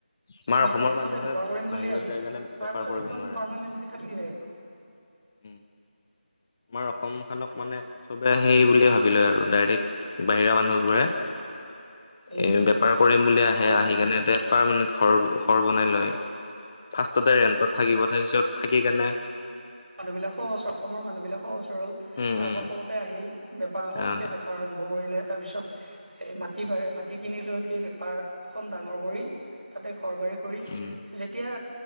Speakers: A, on the left; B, on the right.
A: আমাৰ
B: উম,
A: অসমৰ
B: প্ৰথমতে
A: মানুহে
B: বেপাৰ কৰিম বুলি
A: বাহিৰত
B: আহি
A: যাই
B: তাৰ
A: কাৰণে বেপাৰ
B: পিছত
A: কৰিব
B: একদম
A: নোৱাৰে
B: পাৰমানেন্টলি থাকি যায় একদম।
A: উম। আমাৰ অসমখনক মানে চবে সেই বুলিয়ে ভাবি লয় আৰু ডাইৰেক্ট বাহিৰা মানুহবোৰে।
B: উম,
A: এ বেপাৰ কৰিম বুলি আহে
B: ধৰ
A: আহি কাৰনে এতে পাৰমাণেণ্ট ঘৰ বনাই লয়। ফাৰ্ষ্টতে ৰেণ্টত থাকিব তাৰপিছত থাকি কেনে
B: মানুহ বিলাক সহজ সৰল, অসমৰ মানুহবিলাক সহচ সৰল
A: উম
B: তাৰ
A: উম
B: প্ৰথমতে আহিল। বেপাৰ সৰুকে
A: আহ
B: বেপাৰ আৰম্ভ কৰিলে। তাৰপিছত এই মাটি পাৰে মাটি কিনি লৈ উঠি বেপাৰখন ডাঙৰ কৰি তাতে ঘৰ বাৰী কৰি
A: উম
B: যেতিয়া